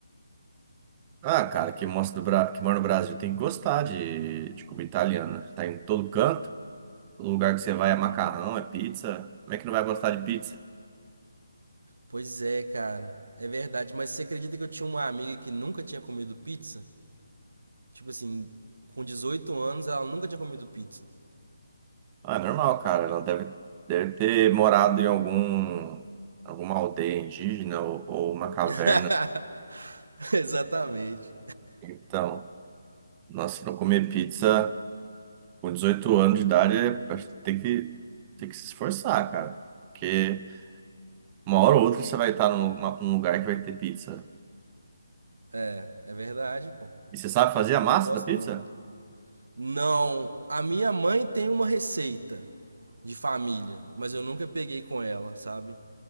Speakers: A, on the right (about 20°); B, on the right (about 70°).
A: Ah, cara, quem mostra do Bra... que mora no Brasil tem que gostar de, de comida italiana. Tá em todo canto. O lugar que você vai é macarrão, é pizza. Como é que não vai gostar de pizza?
B: Pois é, cara. É verdade. Mas você acredita que eu tinha uma amiga que nunca tinha comido pizza? Tipo assim, com 18 anos ela nunca tinha comido pizza.
A: Ah, é normal, cara. Ela deve, deve ter morado em algum, alguma aldeia indígena ou, ou uma caverna.
B: <laughs> Exatamente.
A: Então, nossa, se não comer pizza com 18 anos de idade, é- acho que tem que, tem que se esforçar, cara. Porque uma hora ou outra você vai estar num, uma- num lugar que vai ter pizza.
B: é É verdade, pô.
A: E você sabe fazer a
B: Eu
A: massa
B: gosto
A: da pizza?
B: muito. Não, a minha mãe tem uma receita de família, mas eu nunca peguei com ela, sabe?